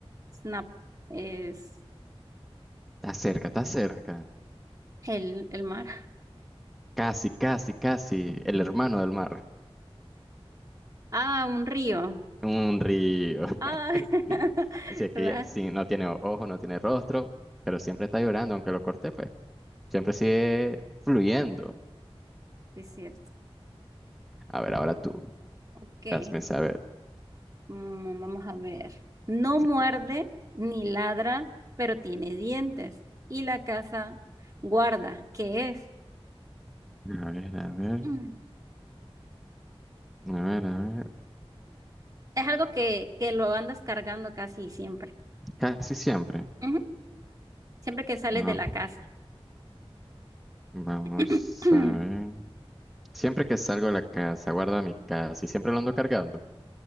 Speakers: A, on the right (about 35°); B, in the centre.
A: snap, es
B: Está cerca, está cerca.
A: el, el mar.
B: Casi, casi, casi, el hermano del mar.
A: Ah, un río.
B: Un río. <laughs>
A: Ah, <laughs>
B: Si aquí
A: ra-
B: sí, no tiene ojo, no tiene rostro, pero siempre está llorando, aunque lo corté, pues. Siempre sigue fluyendo.
A: sí es cierto.
B: A ver, ahora tú.
A: Ok,
B: Hazme saber.
A: mm, vamos a ver. No
B: Sí.
A: muerde ni ladra, pero tiene dientes. Y la casa guarda, ¿qué es?
B: A ver, a ver.
A: <clears throat>
B: A ver, a ver.
A: Es algo que, que lo andas cargando casi siempre.
B: Casi siempre.
A: Ujú. Siempre que sales
B: Ah,
A: de la casa.
B: vamos
A: <clears throat>
B: a ver. Siempre que salgo de la casa, guardo mi casa y siempre lo ando cargando.